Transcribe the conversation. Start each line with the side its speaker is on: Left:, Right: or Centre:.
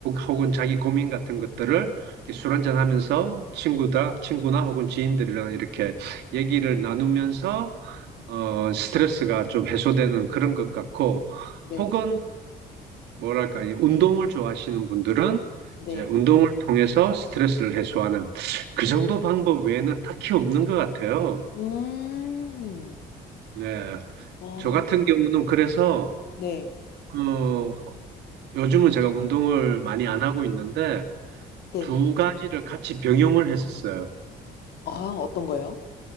Right: 혹은 자기 고민 같은 것들을 이렇게 술 한잔 하면서 친구다 친구나 혹은 지인들이랑 이렇게 얘기를 나누면서 어, 스트레스가 좀 해소되는 그런 것 같고
Left: 네.
Right: 혹은 뭐랄까 이 운동을 좋아하시는 분들은
Left: 네.
Right: 이제 운동을 통해서 스트레스를 해소하는 그 정도 방법 외에는 딱히 없는 것 같아요.
Left: 음.
Right: 네.
Left: 어,
Right: 저 같은 경우는 그래서
Left: 네.
Right: 어, 요즘은 제가 운동을 많이 안 하고 있는데
Left: 네.
Right: 두 가지를 같이 병용을 했었어요.
Left: 아, 어떤 거요?